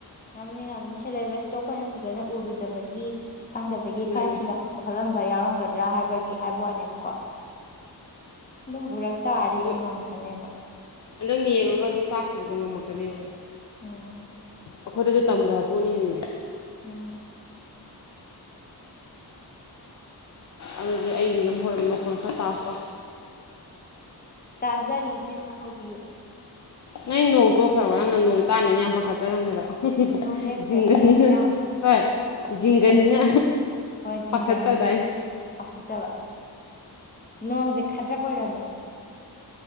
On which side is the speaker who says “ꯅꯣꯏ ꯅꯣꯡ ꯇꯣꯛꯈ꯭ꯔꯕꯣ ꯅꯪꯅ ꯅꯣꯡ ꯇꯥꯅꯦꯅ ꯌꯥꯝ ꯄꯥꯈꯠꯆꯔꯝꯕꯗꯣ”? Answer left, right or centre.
Left